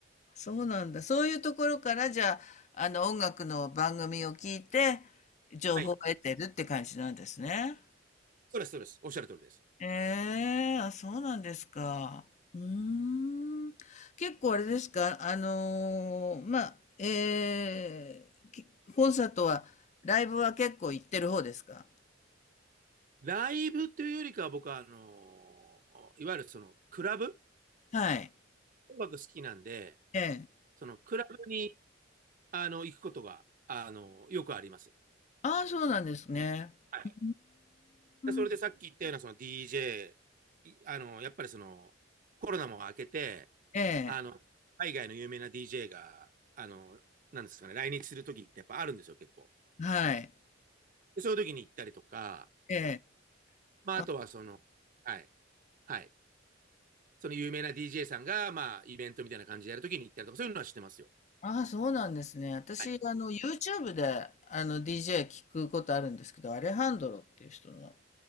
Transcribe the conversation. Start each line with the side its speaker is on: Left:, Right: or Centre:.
Left: そうなんだ。そういうところから、じゃあ、あの、音楽の番組を聞いて、情報を得てるって感じなんですね。
Right: はい。そうです、そうです。おっしゃる通りです。
Left: ええあ、そうなんですか。うーん。結構あれですかあのーまあ、ええきコンサートは、ライブは結構行ってる方ですか
Right: ライブというよりかは僕は、あのーいわゆるそのクラブ
Left: はい。
Right: 音楽好きなんで、
Left: ええ。
Right: そのクラブに、あの、行くことが、あのー、よくあります。
Left: ああ、そうなんですね。
Right: はい。
Left: うー
Right: でそれでさっき言ったようなその
Left: ん。
Right: DJ、あの、やっぱりそのコロナも明けて、
Left: ええ。
Right: あの、海外の有名な DJ が、あの、なんですかね、来日するときってやっぱあるんですよ、結構。
Left: はい。
Right: でそういうときに行ったりとか、
Left: ええ。
Right: まあ、
Left: あ、
Right: あとはその、はい、はい。その有名な DJ さんが、まあ、イベントみたいな感じでやるときに行ったりとか、そういうのは知ってますよ。
Left: ああ、そうなんですね。私、
Right: はい。
Left: あの、YouTube で、あの、DJ 聞くことあるんですけど、アレハンドロっていう人の